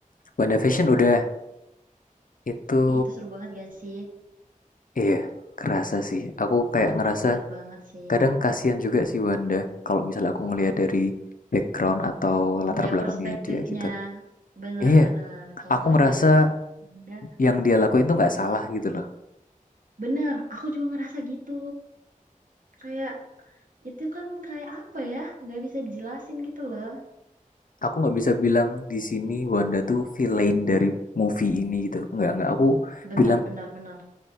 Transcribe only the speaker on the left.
WandaVision udah itu
iya kerasa sih. Aku kayak
ngerasa
Kadang kasihan juga sih Wanda, kalau misalnya aku ngelihat dari background atau latar
belakangnya
dia gitu.
Iya,
aku
ngerasa
yang dia lakuin tuh nggak salah gitu loh.
Aku nggak bisa bilang di sini Wanda tuh villain dari movie ini gitu. Nggak, nggak. Aku
bilang